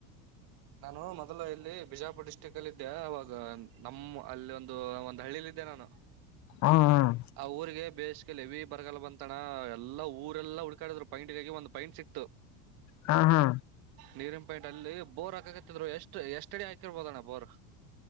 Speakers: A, on the right; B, on the left.
A: ನಾನು ಮೊದಲು ಇಲ್ಲಿ ಬಿಜಾಪುರ ಡಿಸ್ಟ್ರಿಕ್ ಅಲ್ಲಿ ಇದದ್ದೆ ಅವಾಗ ನಮ್ಮ್ ಅಲ್ಲಿ ಒಂದು ಒಂದ್ ಹಳ್ಳಿಲಿ ದೆ ನಾನು
B: ಹ್ಮ್ ಹ್ಮ್
A: ಆ ಊರಿಗೆ ಬೇಸ್ ಹೇವಿ ಬರಗಾಲ್ ಬಂತಣ ಎಲ್ಲಾ ಊರೆಲ್ಲ ಹುಡ್ಕಾಡಿದ್ರು ಪೈಂಟ್ಗಾಗಿ ಒಂದ್ ಪೈಂಟ್ ಸಿಕ್ತು.
B: ಹಾ ಹಾ
A: ನೀರಿನ ಪಾಯಿಂಟ್ ಅಲ್ಲಿ ಬೋರ್ ಹಾಕಕತ್ತಿದ್ರು ಎಷ್ಟ ಎಷ್ಟಡಿ ಹಾಕಿರ್ಬೋದಣ್ಣ ಬೋರ್.